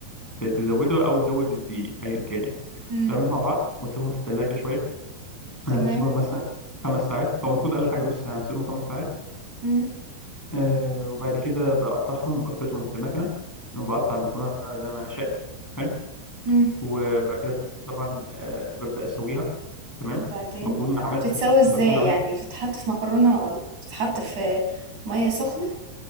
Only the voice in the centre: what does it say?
ت- تزوده او زود الدقيق ايا كان يعني
وتعملهم مع بعض وتسيبهم في الثلاجه شويه
انا بسيبهم مثلا خمس ساعات هو المفروض اقل حاجه نص ساعه أنا بسيبهم خمس ساعات
أه وبعد كده بقطعهم وبفردهم في المكنه وبقطع المكرونه زي ما انا شاء حلو
وبعد كده طبعا أه ببدا اسويها تمام
بكون عملت
بكون عملت